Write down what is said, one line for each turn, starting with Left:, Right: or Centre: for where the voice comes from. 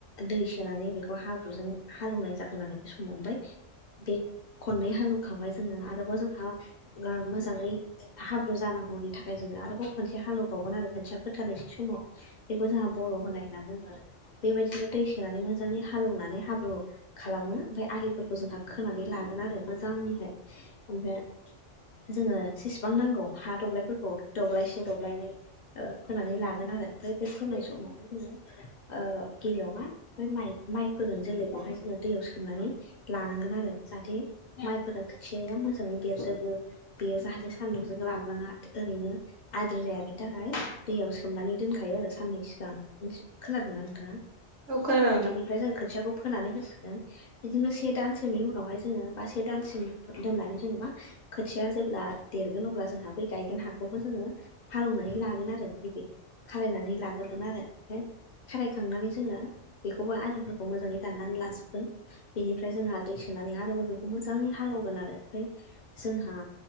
Left: दै सोनानै बेखौ हाब्रुजों हालेवनाय जागोन आरो बे समाव ओमफ्राय बे खननै हालवखांबाय जोङो आरोबाव जोंहा मोजाङै मा हाब्रु जानांगौनि थाखाय जोङो आरोबाव खनसे हालेबावगोन आरो खोथिया फोथारनायै समाव। बेखौ जोंहा बर' होनाय होनना बुङो आरो बेबादिनो दै सोनानै मोजाङै हालेवनानै हाब्रु खालामो। ओमफ्राय आलिफोरखौ जोंहा खोनानै लागोन आरो मोजांनिहाय ओमफ्राय। जोङो जेसेबां नांगौ हा दब्लायफोरखौ दब्लायसे दब्लायनै फोनानै लागोन आरो ओमफ्राय बे फोनाय समावहाय जोङो म गबियाव मा-म-माइ होगोन जोलैखौहाय जोङो दै स बुथुमनानै लानांगोन आरो जाहाथे माइफोरा खोथियाया मोजाङै देरजोबो। बेयो जाहाथे सानदुंजों रानलाङा ओरैनो। आद्रा जाया बेनि थाखाय दैयाव सोमनानै दोनखायो आरो साननै सिगांथि खोनादोंना नोंथाङा?
Right: औ खोनादों नोंथां
Left: बेनिफ्राय जों खोथियाखौ फोनानै होसिगोन बिदिनो से दानसोनि उनावहाय जोङो बा से दानसिम दोननानै जेनेबा ओ खोथिया जेब्ला देरगोन अब्ला जोंहा बै गायगोन हाखौबो जोङो <unintelligible> हालेवनानै लागोन आरो नैबे खालनानै लाग्रोगोन आरो ओमफ्राय ओ खारायखांनानै जोङो बेखौबो आलिफोरखौ मोजाङै दाननानै लाजोबगोन। बेनिफ्राय जोंहा दै सोनानै आरोबाव बेखौ मोजाङै हालेवगोन आरो जोंहा